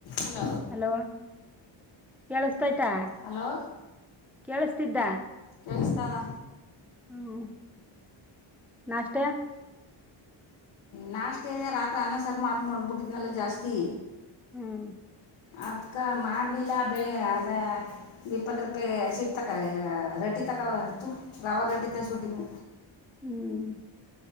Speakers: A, on the left; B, in the centre.
A: ಹಲ
B: ಹಲೋ ಕೇಳ. ಆಯ್ತಾ
A: ಹಲೋ
B: ಕೇಳ ಇದ್ದ
A: ಎಳಿಸ್ತದ
B: ಹ್ಮ್ ನಾಷ್ಟಾ
A: ನಾಷ್ಟ ಇದೆ ರಾತ್ರಿ ಅನ್ನಸರ್ ಮಾಡ ಮಾಡಬಿಟ್ಟಿದ್ನಲ್ಲ ಜಾಸ್ತಿ
B: ಹ್ಮ್
A: ಅದ್ಕಮಾಡಲಿಲ್ಲ ಬೆಳೆ ಅದ ಇಪ್ಪತ್ತು ರೂಪಾಯಿ ಸೀಟ್ ತಕ ರೆಡ್ಡಿ ತಗೊತು ರವ ರೆಟ್ಟಡಿ ತಗ ಸುಟ್ಟಿದ
B: ಹ್ಮ್